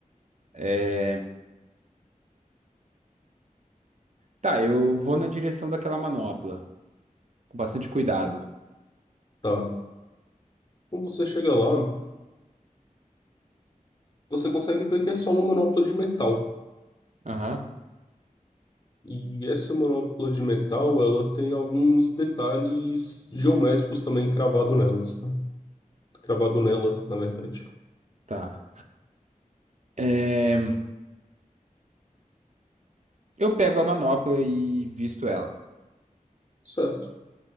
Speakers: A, on the right; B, on the left.
A: é, tá, eu vou na direção daquela manopla, com bastante cuidado.
B: Tá. Quando você chega lá, você consegue ver que é só uma manopla de metal.
A: Aham,
B: E essa manopla de metal, ela tem alguns detalhes geométricos também cravado nelas, tá? Cravado nela, na verdade.
A: tá. É, eu pego a manopla e visto ela.
B: Certo.